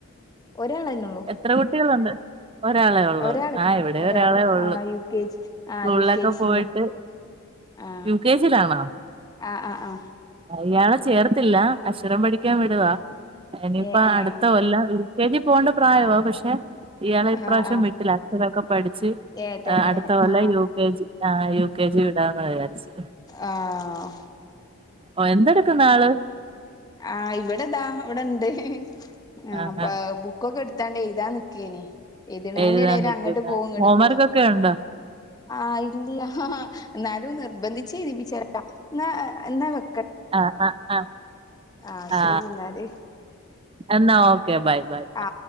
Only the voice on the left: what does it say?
ഒരാളതിനുള്ളൂ
ഒരാള്
ഒരാള്
ആ യു കെ ജി
ആ യു കെ ജിയില
ആ
ആ ആ ആ
ആ
ഏ ഏ
ആ
ആ ആ
ഏ തന്നെ
ആ
ആഹ്
ആ് ഇവിടെതാ ഇവിടെണ്ട് ആ
അപ്പ ബു- ബുക്കൊക്കെ എടുത്താണ്ട് എഴുതാ നിക്കേനി എഴുതിണേന്റെ
അങ്ങോട്ട് പോവും ഇങ്ങോട്ട്
പോവും
ആഹ് ഇല്ലയ എന്നാലും നിർബന്ധിച്ച് എഴുതിപ്പിച്ച എന്ന എന്നാ വെ
ആഹ
ശരി എന്നാല്.
ആ